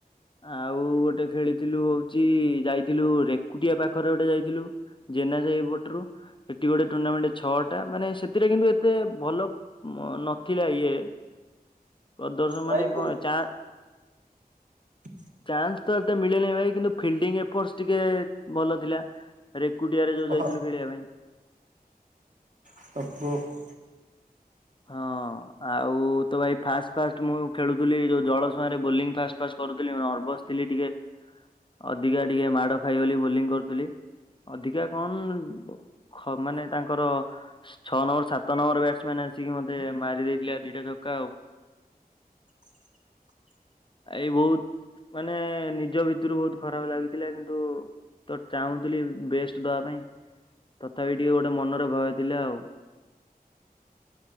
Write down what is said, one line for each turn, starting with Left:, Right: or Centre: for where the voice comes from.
Left: ଆଉ ଗୋଟେ ଖେଳିଥିଲୁ ହଉଛି ଯାଇଥିଲୁ ରେକୁଟିଆ ପାଖରେ ଗୋଟେ ଯାଇଥିଲୁ ଜେନା ସାଇ ପଟରୁ ସେଠି ଗୋଟେ ଟୁର୍ଣ୍ଣାମେଣ୍ଟ ଛଅଟା ମାନେ ସେଥିରେ କିନ୍ତୁ ଏତେ ଭଲ ନ ଉଥିଲା ଇଏ ପ୍ରଦର୍ଶକ
Right: ପ୍ରାଇଜ୍
Left: ମାନେ
Right: ଫୁଲ୍
Left: କଣ ଚା
Right: <inaudible>
Left: ଚାନ୍ସ ତ ଏତେ ମିଳେନେହିଁ ଭାଇ କିନ୍ତୁ ଫିଲ୍ଡିଙ୍ଗ ଏଫର୍ ଟିକେ ଭଲ ଥିଲା ରେକୁଡିଆରେ ଯୋଉ
Right: ହଁ
Left: ଯାଇଥିଲୁ ଖେଳିବା ପାଇଁ।
Right: <unintelligible>
Left: ହଁ ଆଉ ତ ଭାଇ ଫାଷ୍ଟ ଫାଷ୍ଟ ମୁଁ ଖେଳୁଥିଲି ଯୋଉ ଜଳ ସୁଁଆରେ ବୋଲିଂ ଫାଷ୍ଟ ଫାସେ କରୁଥିଲି ମୁ ନର୍ଭସ ଥିଲି ଟିକେ ଅଧିକା ଟିକେ ମାଡ ଖାଇଗଲି ବୋଲିଂ କରୁଥିଲି। ଅଧିକା କନ୍ ଜିବ। ଖ ମାନେ ତାଙ୍କର ଛଅ ନମ୍ବର ସାତ ନମ୍ବର ବ୍ୟାଟ୍ସମ୍ୟାନ୍ ଟିକେ ମତେ ମାରି ଦେଇଥିଲା ଦିଟା ଛକା ଆଉ
Right: <inaudible>
Left: ଏଇ ବୋହୁତ ମାନେ ନିଜ ଭିତୁରୁ ବୋହୁତ ଖରାପ ଲାଗିଥିଲା କିନ୍ତୁ ତ ଚାହୁଁଥିଲି ବେଷ୍ଟେ ଦବା ପାଇଁ ତଥାପି ଟିକେ ଗୋଟେ ମନରେ ଭୟ ଥିଲା ଆଉ।